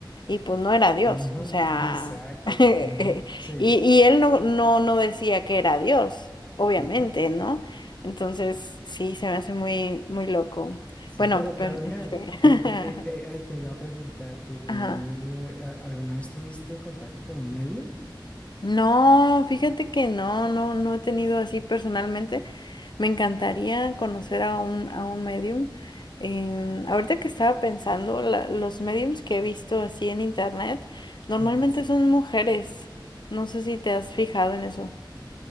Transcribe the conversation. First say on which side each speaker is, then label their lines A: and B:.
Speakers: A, on the left; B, on the left.
A: y pues no era Dios,
B: ujú,
A: o sea,
B: exacto,
A: <laughs> y,
B: ujú, sí,
A: y él no, no, no decía que era Dios, obviamente,
B: ujú.
A: ¿no? Entonces, sí, se me hace muy, muy loco.
B: Sí,
A: Bueno,
B: pero Claudia,
A: pero... sí. <laughs>
B: eh, que te, te- ay, te iba a preguntar, ¿tú, tú
A: Ajá.
B: eh, a- alguna vez tuviste contacto con un medium?
A: No, fíjate que no, no, no he tenido así personalmente. Me encantaría conocer a un, a un medium. Em, ahorita que estaba pensando, la- los mediums que he visto así en internet normalmente
B: <laughs> Sí.
A: son mujeres. No sé si te has fijado en eso.